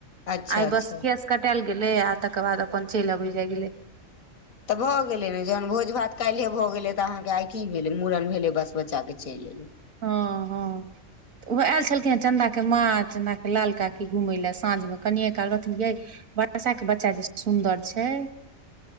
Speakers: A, on the left; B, on the right.
A: अच्छा
B: आइ
A: अच्छा
B: बस केश कटायल गेलै आ तकर बाद अपन चलि अबय जाय गेलै
A: तऽ भऽ गेलै ने जहन भोज भात काल्हिे भऽ गेलै तऽ अहाँके आइ की भेलै मूड़न भेलै बस बच्चा के चलि एयलै
B: हँ हँ तऽ ओहो आयल छलखिनेँ चन्दाके माँ चन्दाके लाल काकी घूमय लए साँझमे कनिए काल रहथिन यै वर्षा के बच्चा जे सुन्दर छै